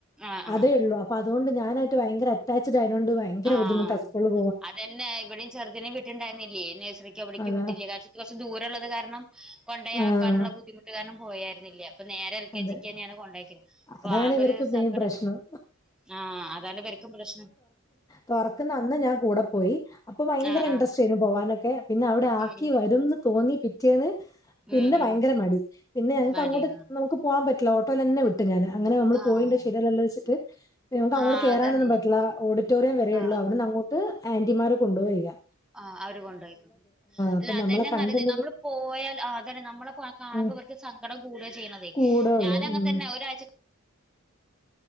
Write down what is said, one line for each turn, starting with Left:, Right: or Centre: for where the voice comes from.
Centre: ആഹ്
Left: അതേ
Centre: ആഹ്
Left: ഉള്ളു അപ്പൊ അതുകൊണ്ട് ഞാനായിട്ട് ഭയങ്കര അറ്റാച്ചഡ് ആതോണ്ട് ഭയങ്കര
Centre: ആഹ്
Left: ബുദ്ധിമുട്ടാ സ്‌കൂ
Centre: അതന്നെ ഇവിടിം ചെറുതിനും വിട്ടുണ്ടായിരുന്നില്ലേ നേഴ്സറിക്ക് അവിടേക്കും
Left: അതാ.
Centre: വിട്ടില്ലേ കാര കുറച്ച് ദൂരള്ളത് കാരണം കൊണ്ടയാക്കാനുള്ള
Left: ആഹ്
Centre: ബുദ്ധിമുട്ട് കാരണം പോയായിരുന്നില്ല ഇപ്പൊ നേരെ എൽകേജിക്ക്
Left: അതെ.
Centre: തന്നെയാണ് കൊണ്ടക്കിയത് അപ്പൊ
Left: അതാണ്
Centre: ആതൊരു
Left: ഇവർക്ക് മെയിൻ
Centre: സങ്കടം
Left: പ്രശ്നം.
Centre: ആഹ അതാണ് ഇവർക്ക് പ്രശ്നം
Left: തോറക്കുന്ന അന്ന് ഞാൻ കൂടെ പോയി അപ്പൊ ഭയങ്കര
Centre: ആഹ്
Left: ഇൻട്രസ്റ്റ്
Centre: ആഹ്
Left: ആയിരുന്നു പോകാനൊക്കെ പിന്നെ അവിടെ ആക്കി
Centre: ഉം
Left: വരുംന്ന് തോന്നി പിറ്റേന്ന് പിന്നെ
Centre: ഉം ഉം
Left: ഭയങ്കര മടി പിന്നെ ഞങ്ങക്ക്
Centre: ഉം മടിയ
Left: അങ്ങോട്ട് നമുക്ക് പോകവാൻ പറ്റില്ല ഓട്ടോൽ തന്നെ വിട്ട് ഞാൻ അങ്ങനെ നമ്മൾ
Centre: ആഹ്
Left: പോയിണ്ട് ശരിയല്ലോച്ചിട്ട് ഞമുക്ക് അങ്ങോട്ട്
Centre: ആഹ്
Left: കേറാനൊന്നും
Centre: അതാണ്
Left: പറ്റില്ല ഓഡിറ്റോറിയം വരേയുള്ളൂ
Centre: ആഹ്
Left: അവിടുന്ന് അങ്ങോട്ട് ആന്റിമാര് കൊണ്ടോവെചെയ്യാ
Centre: ആ അവര് കൊണ്ടോയിക്കാനും
Left: അപ്പൊ
Centre: അല്ല
Left: നമ്മളെ
Centre: അതന്നെ
Left: കണ്ടില്ലെങ്കിൽ
Centre: നല്ലത് നമ്മള് പോയാൽ അതന്നെ നമ്മളെ കാണുമ്പോ
Left: ഉം
Centre: ഇവർക്ക് സങ്കടം കൂടുക ചെയ്യണത് <unintelligible>
Left: കൂടെ ഉള്ളൂ.
Centre: ഞാന അങ്ങ
Left: ഉം
Centre: തന്നെ ഒരാഴ്ച